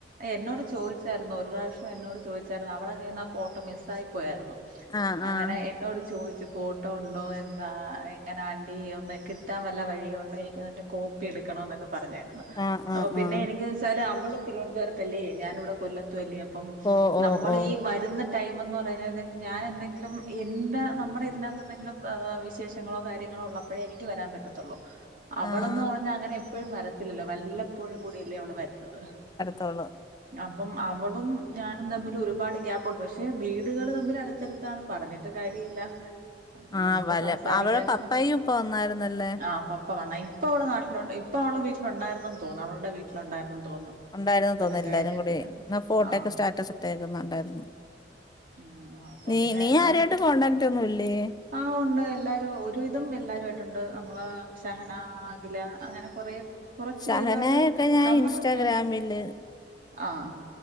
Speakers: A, on the right; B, on the left.
A: എന്നോട് ചോയ്ച്ചായിരുന്നു ഒരുറാവ്ഷ്യം എന്നോട് ചോയ്ച്ചായ്രുന്നു അവളെ കയ്യിന്നാഫോട്ടോ മിസ്സായിപ്പോയാര്ന്നു.
B: ആഹ്
A: അങ്ങനെ
B: ആഹ്
A: എനോട് ചോയ് ച്ച് ഫോട്ടോ ഉണ്ടോ എന്താ എങ്ങനാണ്ടി ഒന്ന് കിട്ടാൻ വല്ല വഴിയുണ്ടോ എനിക്കതിന്റെ കോപ്പിയെ എടുക്കണോ ന്നൊക്കെ പറഞ്.
B: ആഹ്
A: അപ്പൊ
B: ആഹ്
A: പിന്നെ
B: ആഹ്
A: എനിക്ക്‌ന്നെച്ചാല് അവള് തിരുവനന്തപുരത്തല്ലേ ഞാനിവിടെ കൊല്ലത്തു അല്ലേ അപ് അപ്പം
B: ഓ
A: ന്നമ്മൾ
B: ഓ ഓ
A: ഈ വര്ന്ന ടൈംന്ന് പറഞ്ഞാല് ഞാൻ എന്തെങ്കിലും എന്റെ ന്നമ്മടെ ഇതിനകത്തെന്തെങ്കിലും ഏ വിശേഷങ്ങളോ കാര്യങ്ങളോ ങ്ങളോ ഉള്ളപ്പഴേ എനിക്ക് വരാൻ പറ്റത്തൊള്ളൂ അവളന്ന്
B: ആഹ്
A: പറഞ്ഞ അങ്ങനെപ്പഴും വരത്തില്ലല്ലോ വല്ലപ്പോഴും കൂടിയല്ലേ അവള് വരുന്നത്
B: കള
A: അപ്പം അവളും ഞാനും തമ്മിൽ ഒരുപാട് ഗ്യാപ്പുണ്ട് പക്ഷെ വീടുകൾ തമ്മിൽ അടുത്തടുത്താണ് പറഞ്ഞിട്ട് കാരില്ല അപ്പ
B: ആഹ്
A: ന്നമ്ക്ക്
B: വല്ല
A: സംസാരിക്കാനൊന്നും
B: അവളെ പപ്പായും ഇപ്പൊ വന്നായിരുന്നല്ലേ
A: ആ പ്പം ഇപ്പ വന്നായ് ഇപ്പ അവള്ന്നാട്ടിലോട്ട് ഇപ്പ അവള് വീട്ട്ലുണ്ടായിരുന്നന്ന് തോന്നുന്നു അവളടെ വീട്ടിലുണ്ടായിരുന്നെന്ന് തോന്നുന്നു
B: ണ്ടായ്ര്ന്ന്
A: അത്
B: തോന്ന്ന്നെല്ലാരും
A: കഴിഞ്ഞിട്ട്
B: കൂടി ന്ന ഫോട്ടൊക്കെ
A: ആ
B: സ്റ്റാറ്റസ് ഇട്ടേക്കുന്നെ കണ്ടായ്ര്ന്നു
A: ഉം അപ്പൊ
B: നീ
A: പിന്നെ
B: നീ
A: നമുക്ക്
B: ആരായിട്ട് കോണ്ടാക്റ്റൊന്നുംല്ലേ
A: ആ ഉണ്ട് എല്ലാരും ഒരുവിധം എല്ലാരും ആയിട്ടുണ്ട് നമ്മളെ ഷഹനാ അഗിലാ അങ്ങനെ കൊറേ കുറച്ച്പേരുവായ്ട്ട്
B: ഷഹനയൊക്കെ ഞാൻ
A: ന്നമ്മടെഗ്യാങ്ങ്
B: ഇൻസ്റ്റാഗ്രാമില്
A: ആഹ